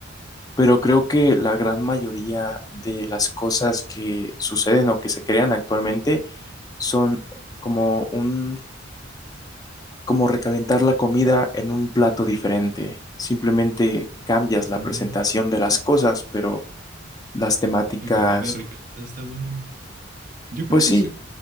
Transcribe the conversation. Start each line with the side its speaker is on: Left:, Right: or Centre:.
Left: pero creo que la gran mayoría de las cosas que suceden o que se crean actualmente son como un, como recalentar la comida en un plato diferente. Simplemente cambias
Right: Pero está
Left: la presentación
Right: buena.
Left: de las cosas, pero las temáticas,
Right: La comida recalentada está buena. Yo creo
Left: pues
Right: que
Left: sí,
Right: sí.